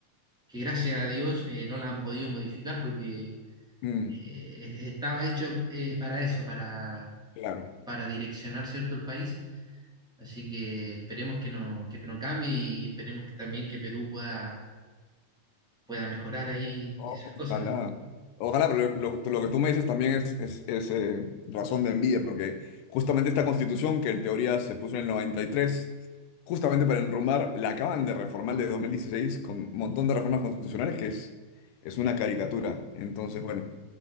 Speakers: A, in the centre; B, on the left (about 85°).
A: que gracias a Dios eh, no la han podido modificar porque
B: mm,
A: eh, estaba hecho eh, para eso, para
B: claro.
A: para direccionar, ¿cierto?, el país. Así que esperemos que no, que no cambie y esperemos que también que Perú pueda, pueda mejorar ahí
B: O-
A: esas
B: ojalá,
A: cosas, ¿no?
B: ojalá, pero lo, lo- lo que tú me dices también es, es, es, eh, razón de envidia, porque justamente esta constitución, que en teoría se puso en el 93, justamente para enrumbar, la acaban de reformar de 2016 con un montón de reformas constitucionales que es, es una caricatura. Entonces, bueno,